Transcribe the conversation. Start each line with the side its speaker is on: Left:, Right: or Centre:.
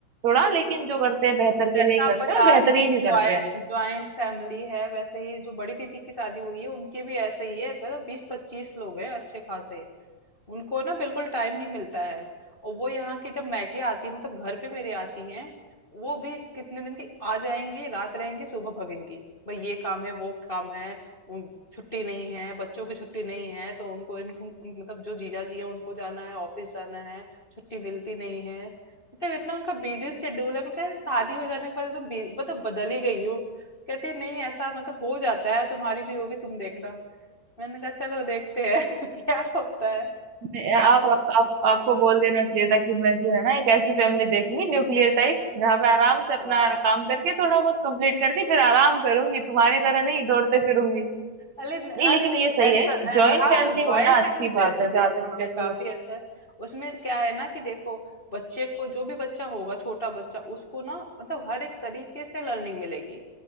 Right: थोड़ा लेकिन जो करते हैं बेहतर के
Left: जैसा
Right: लिए ही करते
Left: आप बता
Right: हैं और बेहतर
Left: रही हैं
Right: ही
Left: कि
Right: नहीं
Left: ज्वाइंट
Right: करते हैं
Left: ज्वाइंट फैमिली है वैसे ही जो बड़ी दीदी की शादी हुई है उनकी भी ऐसे ही है मतलब बीस पच्चीस लोग हैं अच्छे खासे उनको ना बिल्कुल टाइम नहीं मिलता है और वो यहाँ की जब मैके आती है मतलब घर पे मेरे आती हैं वो भी कितने दिन की आ जाएंगी रात रहेंगी सुबह भगेंगी भाई ये काम है वो काम है उन- छुट्टी नहीं है बच्चों की छुट्टी नहीं है तो उनको इनको उन- मतलब जो जीजा जी है उनको जाना है ऑफिस जाना है छुट्टी मिलती नहीं है मतलब इतना उनका बिजी शेड्यूल है मैं कह रही, शादी हो जाने के बाद एकदम बी- मतलब बदल ही गई हो कहती है, नहीं ऐसा मतलब हो जाता है तुम्हारी भी होगी तुम देखना मैंने कहा चलो देखते हैं <laughs> क्या होता है
Right: मैं- आप, आप, आप आपको बोल देना चाहिए था कि मैं जो है ना एक ऐसी फैमिली देखूंगी न्यूक्लियर टाइप जहाँ पे आराम से अपना
Left: हाँ
Right: काम करके थोड़ा बहुत कंप्लीट करके फिर आराम करूंगी तुम्हारी तरह नहीं दौड़ते फिरूंगी
Left: अरे न-
Right: नहीं लेकिन
Left: अरे नहीं
Right: ये सही
Left: ऐसा
Right: है
Left: अ,
Right: जॉइंट
Left: हाँ
Right: फैमिली
Left: ज्वाइंट
Right: होना अच्छी
Left: फैमिली
Right: बात
Left: बेस्ट
Right: है जहाँ
Left: है
Right: तक
Left: हाँ
Right: मुझे ऐसा
Left: काफी
Right: लगता
Left: अच्छा है उसमें क्या है ना कि देखो बच्चे को जो भी बच्चा होगा छोटा बच्चा उसको ना मतलब हर एक तरीके से लर्निंग मिलेगी